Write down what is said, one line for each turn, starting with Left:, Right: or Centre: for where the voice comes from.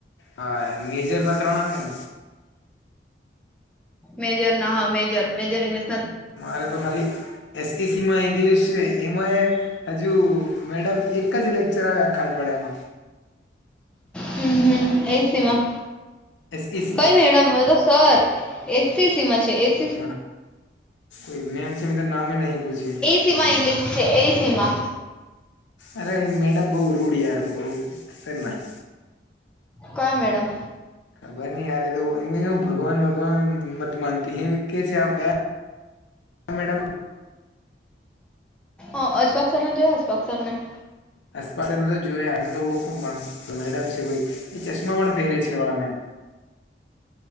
Left: હા એ. મેજરમાં ત્રણ આવેન?
Centre: મેજર ના, હા મેજર, મેજર ઈંગ્લિશ
Left: મારે તો ખાલી એસ સી સી માં ઇંગ્લિશ સે, એમાંય હજુ મેડમ એક જ લેક્ચર આવે આખા અઠવાડિયામાં.
Centre: હમ્મ-હમ્મ. એયજ તેમાં.
Left: એસઈસી
Centre: કઈ madam <unintelligible> sir S C C માં છે, એસ
Left: હા. કોઈ મેમ છે, મે તો નામ એય નહીં પૂછ્યું.
Centre: શેમા ઈંગ્લિશ છે એય સીમા?
Left: અરે એ મેડમ બોવ રૂડ યાર બહું <unintelligible>
Centre: કયાં મેડમ?
Left: ખબર નહી યાર એ તો, એને હું ભગવાન-ભગવાન મત માનતી <unintelligible> મેડમ
Centre: અહ અસ્પાકસલરને જોયા અસ્પાકસરને?
Left: અસ્પાકસર ને તો જોયા, એમ તો ઓળખું, પણ આ મેડમ છે કોઈ, એ ચશ્મા પણ પહેરે છે એ વાળા મેમ.